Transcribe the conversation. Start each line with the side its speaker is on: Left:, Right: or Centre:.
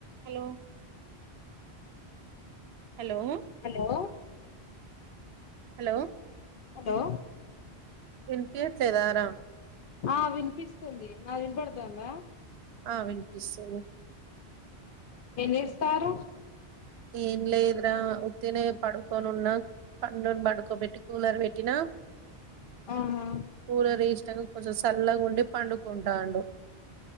Right: hello hello
Left: hello
Right: hello
Left: hello
Right: ఇనిపిఎట్లేదా రా
Left: ఆ వినిపిస్తుంది నా వినపడ్తాంద
Right: ఆ వినిపిస్తుంది
Left: ఏం చేస్తారు
Right: ఇన్లేదరా ఉత్తిన పడుకోనున్న పండుని పడుకోబెట్టి కూలర్ పెట్టినా
Left: ఆహా
Right: కూలర్ వేష్ట కొంచెం చల్లగాండి పండుకుంటాడు